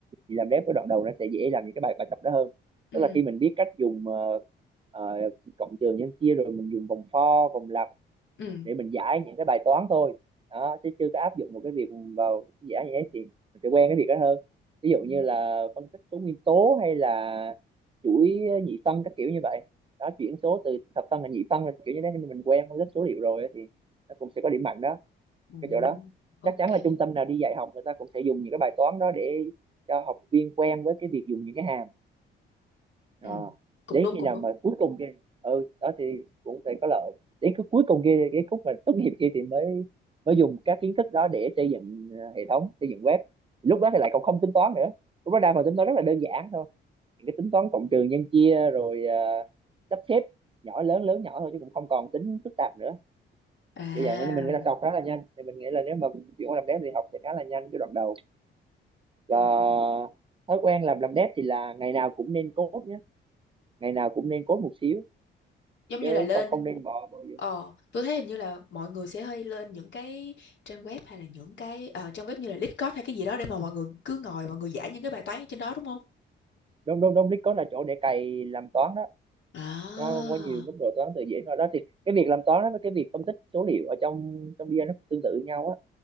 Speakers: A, on the right; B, on the left.
A: thì làm dev cái đoạn đầu nó sẽ dễ làm những cái bài bài tập đó hơn
B: Ừ.
A: tức là khi mình biết cách dùng ờ, ờ, cộng trừ nhân chia rồi mình dùng vòng for vòng lặp
B: Ừ.
A: để mình giải những cái bài toán thôi đó chứ chưa có áp dụng một cái việc vào giải như thế thì mình sẽ quen cái việc đó hơn ví dụ
B: ừ.
A: như là phân tích số nguyên tố hay là chuỗi nhị phân các kiểu như vậy đó chuyển số từ thập phân thành nhị phân là kiểu như thế nhưng mà mình quen phân tích số liệu rồi á thì nó cũng sẽ có điểm mạnh đó
B: À,
A: cái chỗ đó
B: ok.
A: chắc chắn là trung tâm nào đi dạy học người ta cũng sẽ dùng những cái bài toán đó để cho học viên quen với cái việc dùng những cái hàm Ờ.
B: Ừ. Cũng
A: đến
B: đúng
A: khi
B: cũng
A: nào
B: đúng.
A: mà cuối cùng kia ừ đó thì cũng sẽ có lợi đến cái cuối cùng kia cái khúc mà tốt nghiệp kia thì mới mới
B: Ừ.
A: dùng các kiến thức đó để xây dựng ờ, hệ thống xây dựng web lúc đó thì lại còn không tính toán nữa lúc đó đa phần tính toán rất là đơn giản thôi những cái tính toán cộng trừ nhân chia rồi ờ, sắp xếp nhỏ lớn lớn nhỏ thôi chứ cũng không còn tính phức tạp nữa
B: À.
A: kiểu vậy nên mình nghĩ là sau khá là nhanh thì mình nghĩ là nếu mà mình chuyển qua làm dev thì học sẽ khá là nhanh cái đoạn đầu
B: Ừ.
A: và
B: ừ.
A: thói quen làm làm dev thì là ngày nào cũng nên code nhé ngày nào cũng nên code một xíu
B: Giống như
A: chứ
B: là lên
A: không không nên bỏ bỏ gì.
B: ờ tôi thấy hình như là mọi người sẽ hay lên những cái trang web hay là những cái ờ, trang web như là Discord hay cái gì đó để mà mọi người cứ ngồi mọi người giải những cái bài toán ở trên đó đúng không?
A: đúng đúng đúng Discord là chỗ để cày làm toán đó
B: À.
A: nó có nhiều mức độ toán từ dễ vào đó thì cái việc làm toán đó với cái việc phân tích số liệu ở trong trong BI nó cũng tương tự nhau á